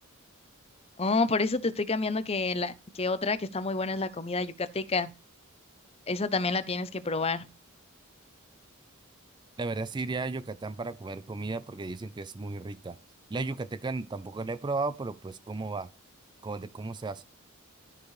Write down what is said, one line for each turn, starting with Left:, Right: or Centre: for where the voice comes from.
Left: Oh, por eso te estoy cambiando que la, que otra que está muy buena es la comida yucateca. Esa también la tienes que probar.
Right: La verdad sí iría a Yucatán para comer comida porque dicen que es muy rica. La yucateca n- tampoco la he probado, pero pues cómo va, cómo, de cómo se hace.